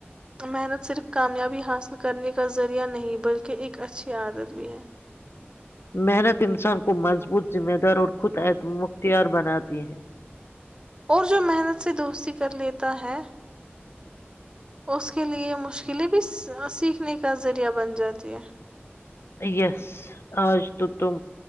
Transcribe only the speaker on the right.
تو محنت صرف کامیابی حاصل کرنے کا ذریعہ نہیں بلکہ ایک اچھی عادت بھی ہے
ہ
اور جو محنت سے دوستی کر لیتا ہے اس کے لئے مشکلیں بھی سیکھنے کا ذریعہ بن جاتی ہے